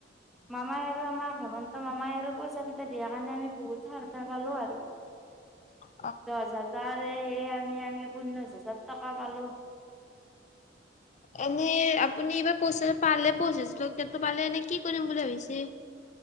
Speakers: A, in the centre; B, on the left.
A: মামাই আৰু আমাক হেমন্ত মামাই আৰু পইচা কেইটা দিয়া কাৰণে আমি বহুত সাৰা পালো আৰু।
B: <unintelligible>
A: দহ হাজাৰ তাৰে এই আমি আমি ঊনৈশ হাজাৰ টকা পালো।
B: এনেই আপুনি এইবাৰ পইচা পালে পঁচিশ টকাটো পালে এনে কি কৰিম বুলি ভাবিছে?